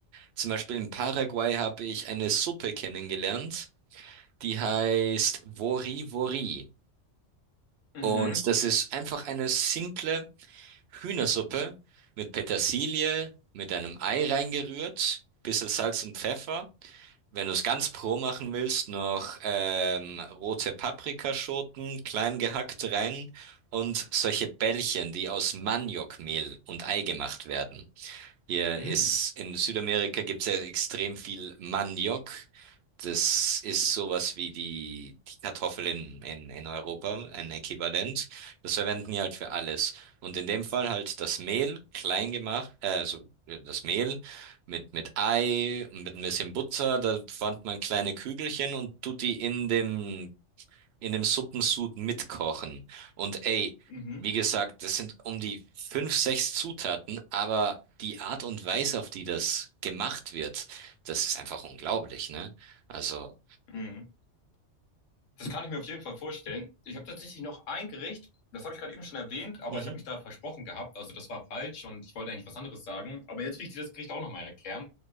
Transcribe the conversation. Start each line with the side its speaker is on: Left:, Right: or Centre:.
Right: Zum Beispiel in Paraguay habe ich eine Suppe kennengelernt, die heißt Wori Wori.
Left: mhm,
Right: Und das ist einfach eine simple Hühnersuppe mit Petersilie, mit einem Ei reingerührt, bisschen Salz und Pfeffer. Wenn du es ganz pro machen willst, noch ähm, rote Paprikaschoten klein gehackt rein und solche Bällchen, die aus Maniokmehl und Ei gemacht werden. Hier
Left: mhm,
Right: ist in Südamerika gibt es ja extrem viel Maniok. Das ist sowas wie die, die Kartoffel in, in, in Europa, ein Äquivalent. Das verwenden die halt für alles. Und in dem Fall halt das Mehl klein gemacht, äh, also ja, das Mehl mit, mit Ei und mit ein bisschen Butter. Da formt man kleine Kügelchen und tut die in dem in dem Suppensud mitkochen. Und ey,
Left: mhm,
Right: wie gesagt, das sind um die fünf, sechs Zutaten, aber die Art und Weise, auf die das gemacht wird, das ist einfach unglaublich, ne? Also,
Left: mhm. Das kann ich mir auf jeden Fall vorstellen. Ich habe tatsächlich noch ein Gericht, das habe ich gerade eben schon erwähnt, aber
Right: mhm.
Left: ich habe mich da versprochen gehabt. Also das war falsch und ich wollte eigentlich was anderes sagen. Aber jetzt will ich dir das Gericht auch nochmal erklären.